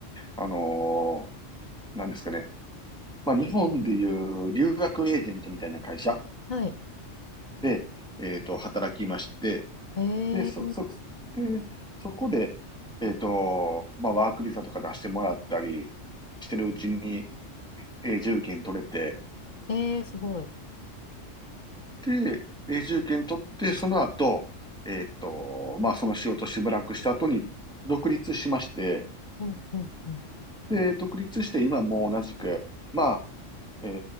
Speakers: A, in the centre; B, on the left (about 40°).
A: あのーなんですかね。まあ、日本でいう留学エージェントみたいな会社
B: はい。
A: で、えっと、働きまして、
B: へ
A: で、そ、
B: え。
A: そ、で、そこで、えっと、まあ、ワークビザとか出してもらったりしてるうちに、永住権取れて、
B: えー、すごい。
A: で、永住権取って、その後、えーっと、まあ、その仕事しばらくした後に独立しまして、
B: うんうんうん。
A: で、独立して今も同じく、まあ、え